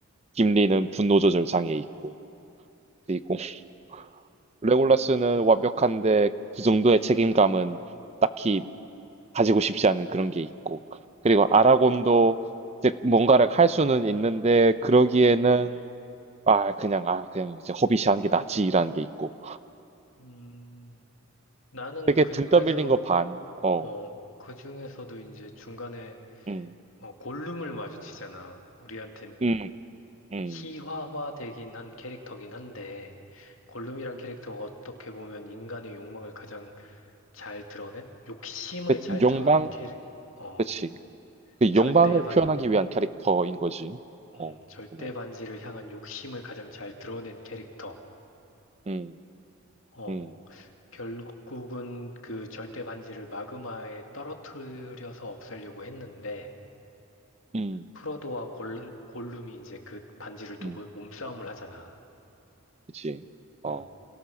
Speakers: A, on the right; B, on the left.
A: 김리는 분노 조절 장애 있고 그리고 <laughs> 레골라스는 완벽한데 그 정도의 책임감은 딱히 가지고 싶지 않은 그런 게 있고 그리고 아라곤도 이제 뭔가를 할 수는 있는데 그러기에는 아 그냥 아 그냥 이제 허비시 하는 게 낫지라는 게 있고
B: 음, 나는
A: 되게
B: 그
A: 등
B: 중에서,
A: 떠밀린 거 반. 어.
B: 어, 그 중에서도 이제 중간에
A: 음.
B: 어, 골룸을 마주치잖아. 우리한텐
A: 음. 음.
B: 희화화되긴 한 캐릭터긴 한데, 골룸이란 캐릭터가 어떻게 보면 인간의 욕망을 가장 잘 드러낸, 욕심을
A: 그
B: 잘
A: 욕망
B: 드러낸 캐릭, 어,
A: 그치. 그
B: 절대
A: 욕망을
B: 반,
A: 표현하기 위한 캐릭터인 거지.
B: 음,
A: 어.
B: 절대
A: 보면.
B: 반지를 향한 욕심을 가장 잘 드러낸 캐릭터였고,
A: 음.
B: 어,
A: 음.
B: 결국은 그 절대 반지를 마그마에 떨어뜨려서 없애려고 했는데,
A: 음.
B: 프로도와 골, 골룸이 이제 그 반지를 두고
A: 음.
B: 몸싸움을 하잖아.
A: 그치. 어.
B: 음.